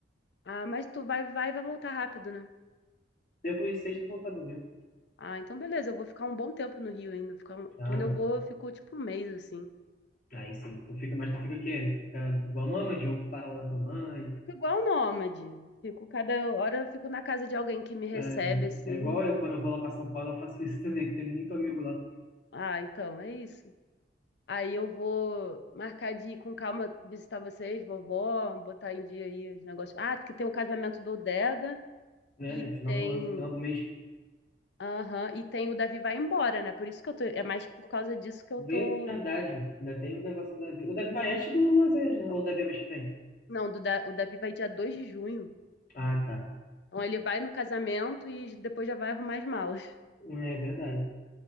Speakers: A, on the left (about 65°); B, on the left (about 45°).
A: Ah, mas tu vai, vai, e vai voltar rápido, né?
B: Devo ir sexta e voltar domingo.
A: Ah, então beleza, eu vou ficar um bom tempo no Rio ainda. Ficar um-
B: Ah,
A: Quando eu vou, eu fico tipo um mês assim.
B: aí sim. Tu fica, mas tu fica o quê? Fica igual nômade ou para lá na tua mãe?
A: Fico igual nômade. Fico cada hora eu fico na casa de alguém que me recebe
B: É,
A: assim.
B: é igual eu, quando eu vou lá para São Paulo, eu faço isso também, que tem muito amigo lá,
A: Ah, então é isso. Aí eu vou marcar de ir com calma visitar vocês, vovó, botar em dia aí os negócios. Ah, que tem o casamento do Deda
B: né,
A: e
B: né, final
A: tem,
B: do ano, final do mês.
A: aham, e tem o Davi vai embora, né? Por isso que eu tô, é mais por causa disso que eu
B: Verdade,
A: tô.
B: ainda tem o negócio do Davi. O Davi vai antes do Azevedo, né? Ou o Davi é mês que vem?
A: Não, do Da- o Davi vai dia 2 de junho.
B: Ah, tá.
A: Então ele vai no casamento e depois já vai arrumar as malas,
B: É verdade.